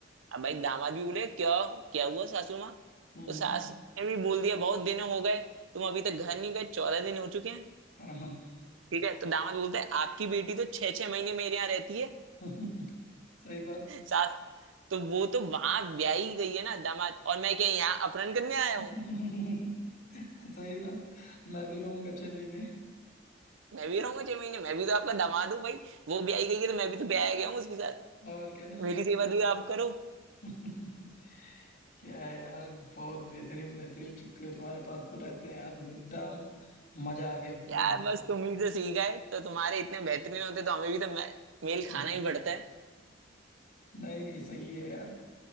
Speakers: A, on the right; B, on the left.
A: अब भाई दामाद भी बोले क्यों क्या हुआ सासू माँ
B: हम्म,
A: तो सास
B: हम्म,
A: ने भी बोल दिया बहुत दिन हो गए तुम अभी तक घर नहीं गए चौदह दिन हो चुके हैं
B: हाँ हाँ
A: ठीक है तो दामाद बोलता है आपकी बेटी तो छह छह महीने मेरे यहाँ रहती है
B: <laughs> सही बात
A: सास तो वो तो वहां ब्याही गई है ना दामाद और मैं क्या यहाँ अपहरण करने आया
B: <laughs>
A: हूँ
B: सही बात मैं भी रहूंगा छह महीने
A: मैं भी रहूंगा छह महीने मैं भी तो आपका दामाद हूँ भाई वो ब्याही गई है तो मैं भी तो ब्याया गया हूँ उसके साथ
B: और क्या
A: मेरी सेवा भी आप करो
B: <laughs> क्या यार बहुत बेहतरीन बेहतरीन चुटकुले तुम्हारे पास तो रहते हैं यार एकदम मजा आ गया पूरा
A: यार बस तुम ही से सीखा है तो तुम्हारे इतने बेहतरीन होते तो हमें भी तो मेल
B: <laughs>
A: खाना ही पड़ता है
B: नहीं सही है यार